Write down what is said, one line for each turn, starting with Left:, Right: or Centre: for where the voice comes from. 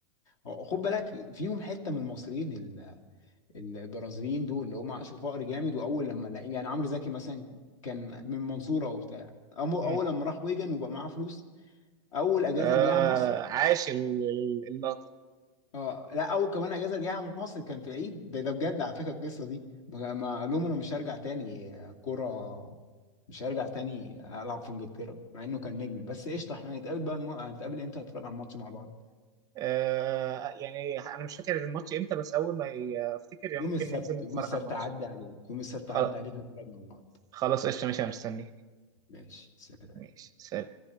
Left: هو- خد بالك فيهم حته من المصريين ال- ال- البرازيليين دول اللي هم عاشوا فقر جامد واول لما لقي يعني عمرو زكي مثلا كان من المنصوره وبتاع أم- اول
Right: مم.
Left: لما راح ويجن وبقى معاه فلوس اول اجازه
Right: آه،
Left: رجع مصر
Right: عاش ال- ال- اللقطه
Left: اه لا اول كمان اجازه رجعها مصر كان في العيد ده ده بجد على فكره القصه دي بقى- ما قال لهم انا مش هرجع تاني كوره مش هرجع تاني العب في انجلترا مع انه كان نجم بس قشطه احنا هنتقابل بقى الم... هنتقابل امتى نتفرج على الماتش مع بعض
Right: آه، يعني انا مش فاكر الماتش امتى بس اول ما ي- افتكر يعني
Left: يوم
Right: ممكن
Left: السبت
Right: ننزل
Left: يوم
Right: نتفرج
Left: السبت
Right: على الماتش
Left: عدى عليك يوم السبت
Right: خل-
Left: عدى عليك نتفرج مع بعض
Right: خلاص قشطه ماشي انا مستنيك
Left: ماشي سلام
Right: ماشي سلام